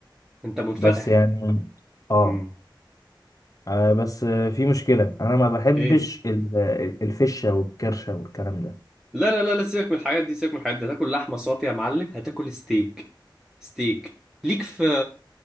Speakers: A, in the centre; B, on the left.
A: انت منفتح
B: بس يعني آه
A: امم
B: آه، بس آه، في مشكلة أنا ما بحبش
A: ايه
B: ال- ال- الفشة والكرشة والكلام ده
A: لا لا لا لا سيبك من الحاجات دي سيبك من الحاجات دي هتاكل لحمة صافية يا معلم هتاكل ستيك ستيك ليك في